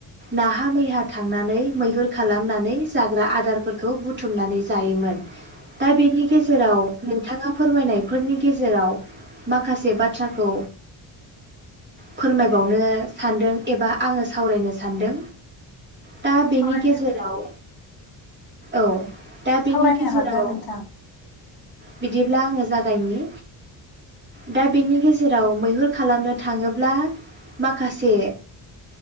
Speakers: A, on the right; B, on the left.
A: नाहा मैहा थांनानै मैहुर खालामनानै जाग्रा आदारफोरखौ बुथुमनानै जायोमोन दा बेनि गेजेराव नोंथाङा फोरमायनाय फोरनि गेजेराव माखासे बाथ्राखौ फोरमायबावनो सानदों एबा आङो सावरायनो सानदों। दा बेनि
B: सावरायनो
A: गेजेराव औ। दा बेनि
B: सावरायनो
A: गेजेराव
B: हागोन नोंथां
A: बिदिब्ला आङो जा गायनि दा बेनि गेजेराव मैहुर खालामनो थाङोब्ला माखासे